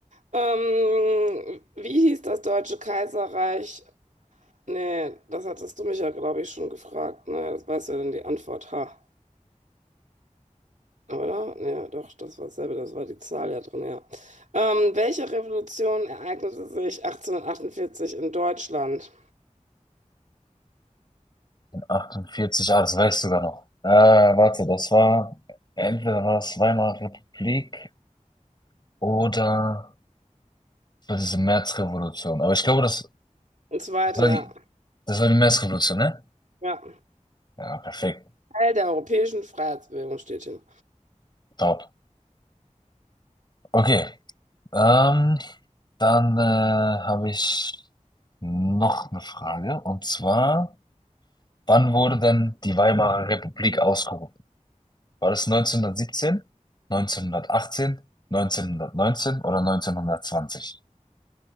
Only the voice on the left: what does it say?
48, ah, das weißt du sogar noch. Äh, warte, das war, entweder war es Weimarer Republik oder das war diese Märzrevolution. Aber ich glaube, das,
das war die,
das war die Märzrevolution, ne?
Ja, perfekt.
Top. Okay. Ähm, Dann äh, habe ich noch eine Frage und zwar, wann wurde denn die Weimarer Republik ausgerufen? War das 1917, 1918, 1919 oder 1920?